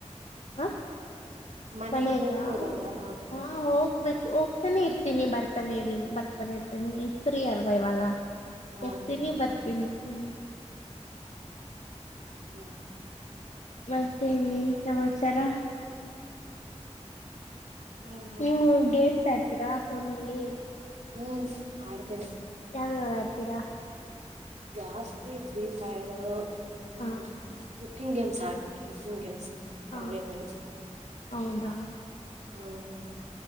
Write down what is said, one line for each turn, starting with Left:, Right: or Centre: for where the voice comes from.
Left: ಹ
Right: ಮನೆಗೆ
Left: ಮನಾಗ
Right: ಹೋಗ್ಬೋದಲ್ವಾ
Left: ಹ ಹೋಗ್ಬೇಕು ಹೋಗ ಾನೆ ಇರ್ತೀನಿ ಬರ್ತಾನೆ ಇದನ್ ಬರ್ತಾನೆ ಇರ್ತೀನಿ ಫ್ರೀ ಅಲ್ವಾ ಇವಾಗ
Right: ಹಾ
Left: ಹೋಗ್ತೀನಿ
Right: ಹಾ
Left: ಬರ್ತೀನಿ ಹ್ಮ
Right: ಹ್ಮ್
Left: ಮಸ್ೆ ಇನ್ನಿ ಸಮಾಚಾರ
Right: ಹಾ ಹ
Left: ನೀವು ಗೇಮ್ಸ್ ಆಡ್ತೀರಾ ಫೋನಲ್ಲಿ
Right: ಹ್ಮ್ ಆಡ್ತೇನೆ
Left: ಯಾವ್ಯಾವರ ಆಡ್ತೀರಾ
Right: ಜಾಸ್ತಿ ಫ್ರೀ ಫೈರ್ ಹ್ಮ್
Left: ಹಾ
Right: ಕುಕ್ಕಿಂಗ್ ಗೇಮ್ಸ್ ಆಡ್ತೀನಿ ಕುಕ್ಕಿಂಗ್ ಗೇಮ್ಸ್
Left: ಹಾ
Right: ಆನ್ಲೈನ್ಲ್ಲಿ
Left: ಹೌದಾ
Right: ಹ್ಮ